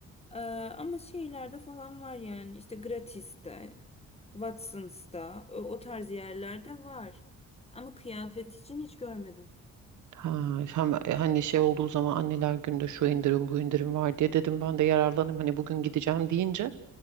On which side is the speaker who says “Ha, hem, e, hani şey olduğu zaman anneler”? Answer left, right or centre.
Right